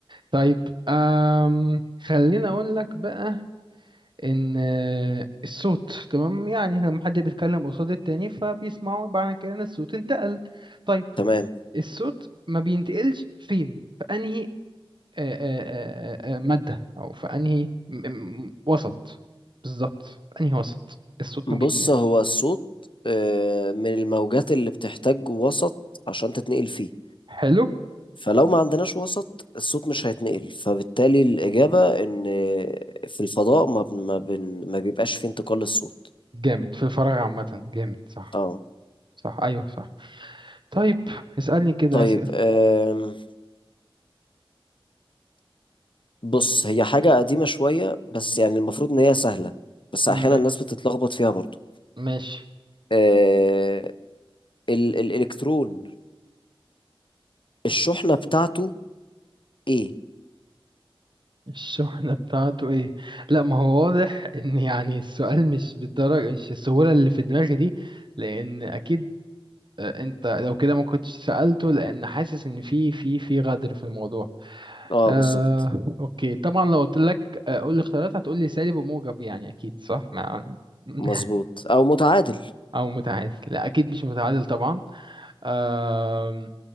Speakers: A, on the right (about 55°); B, on the left (about 60°).
A: طيب أم خليني أقول لك بقى إن آه، الصوت تمام يعني لما حد بيتكلم قصاد التاني فبيسمعوا بعد كده إن الصوت انتقل طيب
B: تمام
A: الصوت ما بينتقلش فين في أنهي آه، آه، آه، آه، آه، مادة أو في أنهي م- م- وسط بالظبط في أنهي وسط الصوت
B: بص
A: ما بيتنقلش
B: هو الصوت آه، من الموجات اللي بتحتاج وسط عشان تتنقل فيه
A: حلو
B: فلو ما عندناش وسط الصوت مش هيتنقل فبالتالي الإجابة إن آه، في الفضاء ما بن- ما بن ما بيبقاش فيه انتقال للصوت
A: جامد في الفراغ عامة جامد صح
B: اه
A: صح ايوه صح طيب اسألني كده
B: طيب
A: اسئلة
B: أم، بص هي حاجة قديمة شوية بس يعني المفروض إن هي سهلة بس أحيانا
A: ماشي
B: الناس بتتلخبط فيها برضو
A: ماشي
B: أه، ال الإلكترون الشحنة بتاعته إيه؟
A: الشحنة بتاعته ايه لا ما هو واضح ان يعني السؤال مش بالدرجة مش السهولة اللي في دماغي دي لان اكيد آه، انت لو كده ما كنتش سألته لان حاسس ان في في في غدر في الموضوع
B: اه
A: آه
B: بالظبط
A: اوكي طبعا لو قلت لك آه، قول لي اختيارات هتقول لي سالب وموجب يعني اكيد صح مع <laughs>
B: مظبوط أو متعادل
A: او متعادل لا اكيد مش متعادل طبعا آه